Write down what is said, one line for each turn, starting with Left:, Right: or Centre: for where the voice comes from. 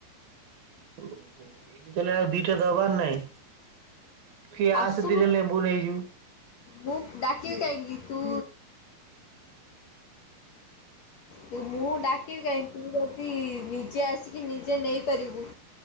Right: ଓହୋ ହେଇଛି ତାହେଲେ ଆଉ ଦିଟା ଦବାର ନାଇଁ। କି ଆସେ
Left: ଆସୁନୁ
Right: ଟିକେ ଲେମ୍ବୁ ନେଇଯିବୁ।
Left: ମୁଁ ଡାକିବି କାହିଁକି ତୁ ତୁ ମୁଁ ଡାକିବି କାହିଁକି ତୁ ଯଦି ନିଜେ ଆସିକି ନିଜେ ନେଇପାରିବୁ।